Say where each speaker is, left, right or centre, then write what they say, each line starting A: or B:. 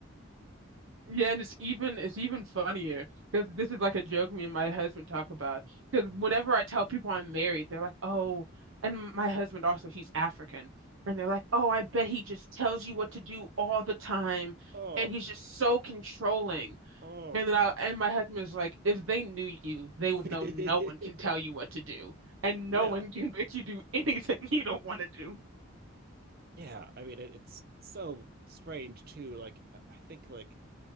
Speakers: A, on the right; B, on the right.
A: Yeah, and it's even, it's even funnier because this is like a joke me and my husband talk about. Because
B: <laughs>
A: whenever I tell people I'm married, they're like, "Oh," and my husband also, he's African, and they're like, "Oh, I bet he just tells you what to do all the time,
B: Oh,
A: and he's just so controlling."
B: oh,
A: And then I and my husband is like, if they knew you, they
B: <laughs>
A: would know
B: yeah,
A: no one can tell you what to do, and
B: <laughs> yeah.
A: no one can <laughs> make you do anything <laughs> you don't want to do.
B: I mean, it, it's so strange too. Like I I think like